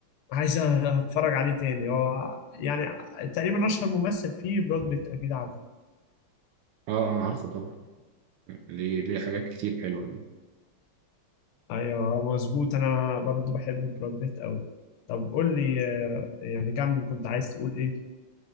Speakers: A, on the left; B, on the right.
A: عايز اتفرج عليه تاني هو يعني تقريبا اشهر ممثل فيه براد بيت اكيد عارف
B: آه، عارفه طبعا ليه ليه حاجات كتير حلوة
A: ايوه مظبوط انا برضو بحب براد بيت قوي طب قول لي آه، يعني كمل كنت عايز تقول ايه